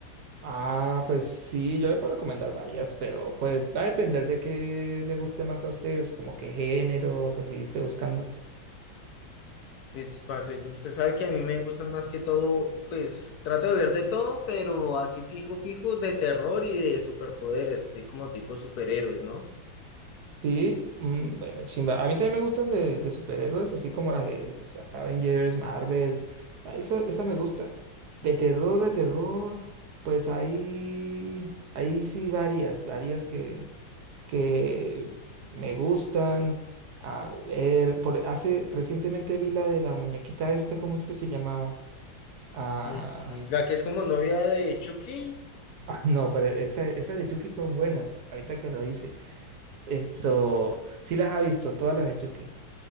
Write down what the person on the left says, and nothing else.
Pues, parce, usted sabe que a mí me gustan más que todo, pues trato de ver de todo, pero así fijo, fijo, de terror y de superpoderes, así como tipo superhéroes, ¿no?
Mm, La que es como novia de Chucky